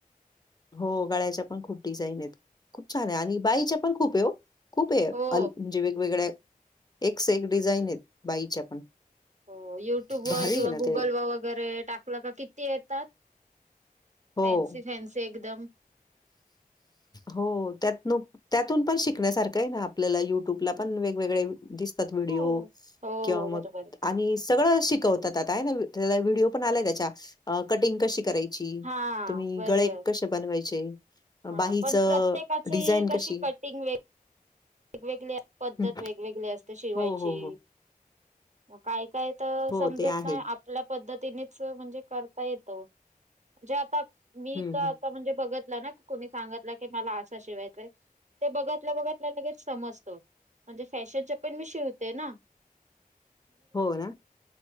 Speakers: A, on the left (about 25°); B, on the right (about 50°).
A: हो गळ्याच्या पण खूप डिझाईन आहेत खूप छान आहे आणि बाईच्या पण खूप ओ. खूप आहे
B: हो
A: म्हणजे वेगवेगळ्या एक से एक डिझाईन आहेत बाईच्या पण.
B: हो युट्यूब
A: भारी
B: वर
A: आहे
B: किंवा
A: ना
B: गुगल
A: ते.
B: व वगैरे टाकलं का किती येतात.
A: हो,
B: फॅन्सी-फॅन्सी एकदम.
A: हो त्यात नु त्यातून पण शिकण्यासारखे आहे आपल्याला युट्यूबला पण वेगवेगळे. दिसतात व्हिडिओ
B: हो हो
A: किंवा मग
B: बरोबर आहे
A: आणि सगळं शिकवतात. काय नाही त्या व्हिडिओ पण आलाय त्याच्या कटिंग कशी करायची.
B: हा
A: तुम्ही
B: बरोबर.
A: गळे कसे बनवायचे?
B: हा
A: बाहीचं
B: पण प्रत्येकाची
A: डिझाईन कशी?
B: कटिंग वेगवेगळी पद्धत
A: हं,
B: वेगवेगळी असते शिवायची.
A: हो, हो, हो.
B: मग काय-काय तर
A: हो,
B: समजत
A: ते आहे.
B: नाही आप आपल्या पद्धतीनेच म्हणजे करता येतो म्हणजे आता. मी
A: हं,
B: तर आता
A: हं.
B: म्हणजे बघत कुणी सांगितलं की मला असं शिवायचंय ते बघतल्या बघत ना लगेच. समजत म्हणजे फॅशन पण मी शिवते ना.
A: हो रा